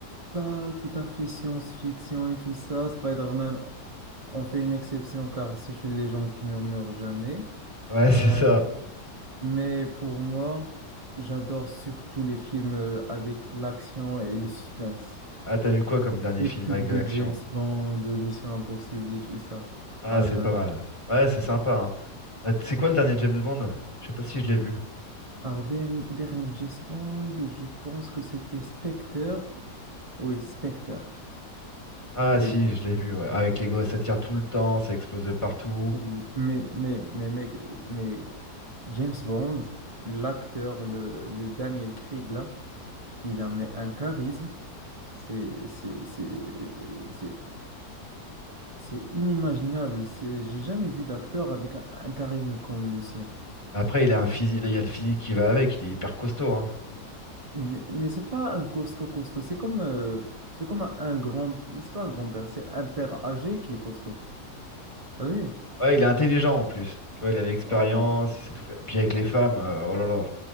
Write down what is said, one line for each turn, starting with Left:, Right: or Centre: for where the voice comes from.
Right: Pas tout à fait science-fiction et tout ça. Spider-Man, on fait une exception car c'est une légende qui ne meurt jamais.
Left: Ouais, <laughs> c'est
Right: Euh,
Left: ça.
Right: mais pour moi, j'adore surtout les films euh, avec l'action et le suspense.
Left: Ah, t'as vu quoi comme dernier
Right: Les
Left: film
Right: trucs
Left: avec
Right: de
Left: de l'action?
Right: James Bond, de Mission Impossible et tout ça.
Left: Ah,
Right: Ah,
Left: c'est
Right: j'adore.
Left: pas mal. Ouais, c'est sympa, hein. Bah, t- c'est quoi le dernier James Bond? Je sais pas si je l'ai vu.
Right: Alors, den- dernier James Bond, je pense que c'était Spectre. Oui, Spectre.
Left: Ah,
Right: Oui.
Left: si, je l'ai vu, ouais. Avec les gosses, ça tire tout le temps, ça explose de partout.
Right: Oui. Mais, mais, mais, mec, mais James Bond, l'acteur, le, le Daniel Craig là, il a mais un charisme, c'est c'est c'est c'est c'est inimaginable. C'est j'ai jamais vu d'acteur avec un, un charisme comme le sien.
Left: Après, il a un physique, il y a le physique qui va avec, il est hyper costaud, hein.
Right: Oui, Mais, mais c'est pas un costaud costaud, c'est comme euh, c'est comme un, un grand, c'est pas un grand-père, c'est un père âgé qui est costaud. T'as vu?
Left: Ouais, il est intelligent en plus. Tu vois, il a l'expérience,
Right: Oh, ouais.
Left: il sait tout faire. Puis avec les femmes, euh, oh là là.